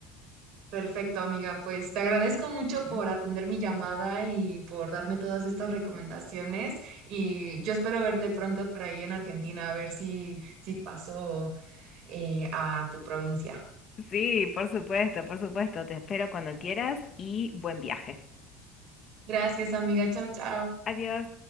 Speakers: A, on the right; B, on the left.
A: Perfecto, amiga. Pues te agradezco
B: sí.
A: mucho
B: ¿Mm?
A: por atender mi llamada y por darme todas estas recomendaciones. Y yo espero verte pronto por ahí en Argentina, a ver si, si paso eh, a tu provincia.
B: Sí, por supuesto, por supuesto. Te espero cuando quieras y buen viaje.
A: Gracias, amiga. Chao, chao.
B: Adiós.